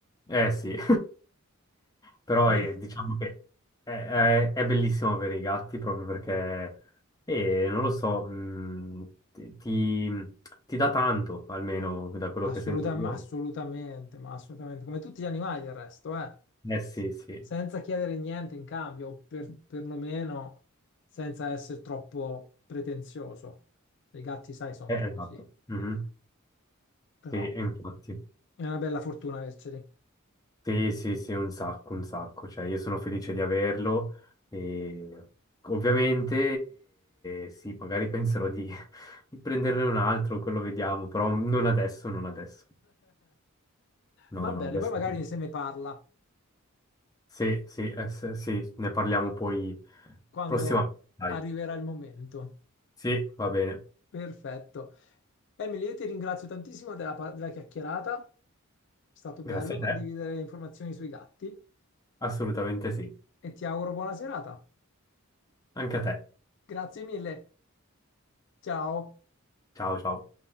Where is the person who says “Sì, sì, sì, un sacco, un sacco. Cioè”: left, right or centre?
Left